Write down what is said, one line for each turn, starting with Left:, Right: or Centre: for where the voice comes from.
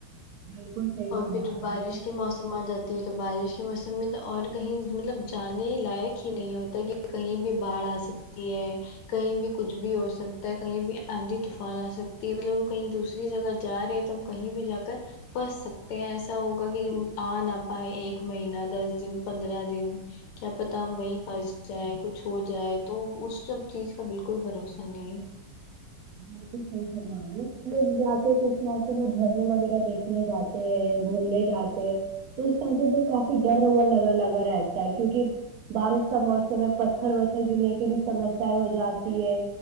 Right: بالکل صحیح
Left: اور
Right: فرما
Left: پھر
Right: رہی
Left: بارش
Right: ہے
Left: کے موسم آ جاتی تو بارش کے موسم میں تو اور کہیں مطلب جانے لائق ہی نہیں ہوتا کہ کہیں بھی باڑھ آ سکتی ہے کہیں بھی کچھ بھی ہو سکتا ہے کہیں بھی آندھی طوفان آ سکتی ہے مطلب ہم کہیں دوسری جگہ جا رہے ہیں تو ہم کہیں بھی جا کر پنس سک تو ایسا ہوگا کہ آ نہ پائے ایک مہینہ دس دن پندرہ دن کیا پتہ ہم وہیں پھنس جائے کچھ ہو جائے تو اس سب چیز کا بالکل بھروسہ نہیں ہے
Right: بالکل صحیح فرمایا اپنے لوگ جاتے ہیں کرسمس میں جھرنے وغیرہ دیکھنے جاتے ہیں گھومنے جاتے تو اس ٹائم پہ بھی کافی ڈر ہوا لگا لگا رہتا ہے کیونکہ بارش کا موسم ہے پتھر وتھر گرنے کی بھی سمسیا ہو جاتی ہے